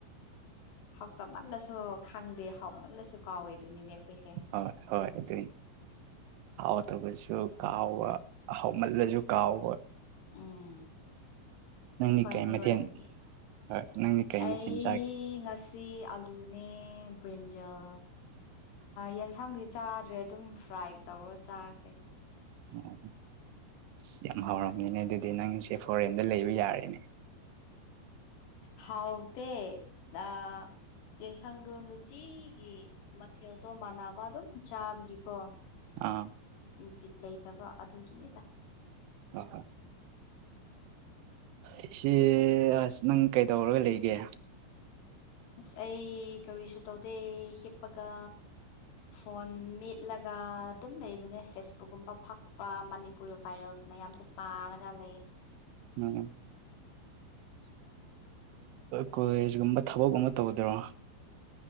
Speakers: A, on the left (about 85°); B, on the right (about 85°).
A: ꯍꯥꯎ ꯇꯃꯟꯗꯁꯨ ꯈꯪꯗꯦ ꯍꯥꯎꯃꯜꯗꯁꯨ ꯀꯥꯎꯋꯦ ꯑꯗꯨꯅꯤꯅꯦ ꯑꯩꯈꯣꯏꯁꯦ
B: ꯍꯣꯏ ꯍꯣꯏ ꯑꯗꯨꯏ ꯍꯥꯎꯇꯕꯁꯨ ꯀꯥꯎꯕ ꯍꯥꯎ ꯃꯜꯂꯁꯨ ꯀꯥꯎꯕ
A: ꯎꯝ
B: ꯅꯪꯗꯤ
A: ꯑꯩꯈꯣꯏ
B: ꯀꯩ
A: ꯃꯤꯑꯣꯏꯕꯒꯤ
B: ꯃꯊꯦꯜ ꯍꯣꯏ ꯅꯪꯗꯤ ꯀꯩ
A: ꯑꯩ
B: ꯃꯊꯦꯜ ꯆꯥꯒꯦ
A: ꯉꯁꯤ ꯁꯤ ꯑꯂꯨꯅꯦ ꯕ꯭ꯔꯤꯟꯖꯜ ꯌꯦꯟꯁꯥꯡꯗꯤ ꯆꯥꯗ꯭ꯔꯦ ꯑꯗꯨꯝ ꯐ꯭ꯔꯥꯏꯠ ꯇꯧꯔ ꯆꯥꯈ꯭ꯔꯦ
B: ꯑꯣ ꯑꯁ ꯌꯥꯝ ꯍꯥꯎꯔꯝꯃꯤꯅꯦ ꯑꯗꯨꯗꯤ ꯅꯪꯁꯦ ꯐꯣꯔꯦꯟꯗ ꯂꯩꯕ ꯌꯥꯔꯦꯅꯦ
A: ꯍꯥꯎ ꯇ ꯑ ꯌꯦꯟꯁꯥꯡꯗꯣ ꯅꯨꯡꯇꯤꯒꯤ ꯃꯊꯦꯜꯗꯣ ꯃꯥꯟꯅꯕ ꯑꯗꯨꯝ ꯆꯥꯕꯒꯤꯀꯣ
B: ꯑꯥ
A: ꯕꯤꯠ ꯂꯩꯇꯕ ꯑꯗꯨꯒꯤꯅꯤꯗ
B: ꯎ ꯍꯣꯏ ꯏꯆꯦ ꯑꯁ ꯅꯪ ꯀꯩꯗꯧꯔꯒ ꯂꯩꯒꯦ
A: ꯑꯁ ꯑꯩ ꯀꯔꯤꯁꯨ ꯇꯧꯗꯦ ꯍꯤꯞꯄꯒ ꯐꯣꯟ ꯃꯦꯠꯂꯒ ꯑꯗꯨꯝ ꯂꯩꯕꯅꯦ ꯐꯦꯁꯕꯨꯛꯀꯨꯝꯕ ꯐꯛꯄ ꯃꯅꯤꯄꯨꯔꯤ ꯚꯥꯏꯔꯦꯜꯁ ꯃꯌꯥꯝꯁꯦ ꯄꯥꯔꯒ ꯂꯩ
B: ꯎꯝ ꯀꯣꯂꯦꯖ ꯀꯨꯝꯕ ꯊꯕꯛꯀꯨꯝꯕ ꯇꯧꯗꯣꯏꯔꯣ